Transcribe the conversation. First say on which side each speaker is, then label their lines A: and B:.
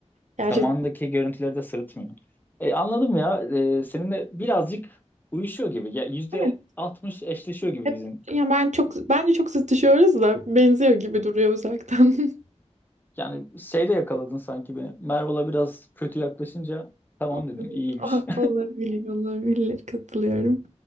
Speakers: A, on the right; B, on the left.
A: Gerçekten.
B: Zamanındaki görüntüleri de sırıtmıyor. E, anladım ya. E, seninle birazcık uyuşuyor gibi. Ya, yüzde
A: Evet.
B: altmış eşleşiyor gibi
A: Hep,
B: bizim
A: Ya ben çok, bence çok zıt düşüyoruz da benziyor gibi duruyor uzaktan. <laughs>
B: Yani şeyle yakaladın sanki beni. Merve'la biraz kötü yaklaşınca
A: <laughs>
B: tamam
A: Olabilir,
B: dedim iyiymiş.
A: olabilir, olabilir. Katılıyorum.